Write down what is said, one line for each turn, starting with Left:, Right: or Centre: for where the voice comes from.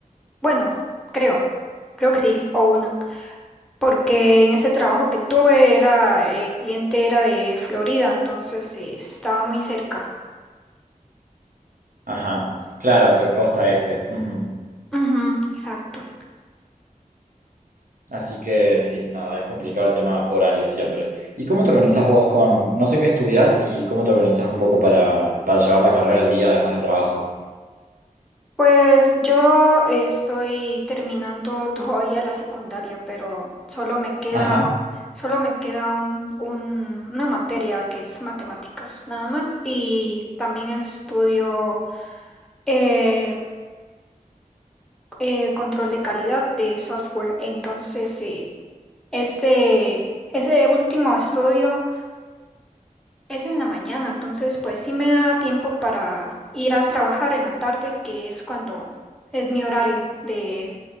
Centre: Bueno, creo, creo que sí, o una. Porque en ese trabajo que tuve era, eh, cliente era de Florida, entonces eh, estaba muy cerca.
Right: Ajá, claro, co- costa este. Ujú.
Centre: Ujú, exacto.
Right: Así que sí, nada, es complicado el tema horario siempre. ¿Y cómo te organizás vos con, no sé qué estudias y cómo te organizás un poco para, para llevar la carrera al día, además del trabajo?
Centre: Pues yo estoy terminando <laughs> todavía la secundaria, pero solo me queda,
Right: Ajá.
Centre: solo me queda un, un- una materia que es matemáticas nada más y también estudio eh, eh, control de calidad de software. Entonces, sí, este, ese último estudio Es en la mañana, entonces pues sí me da tiempo para ir a trabajar en la tarde, que es cuando es mi horario, de,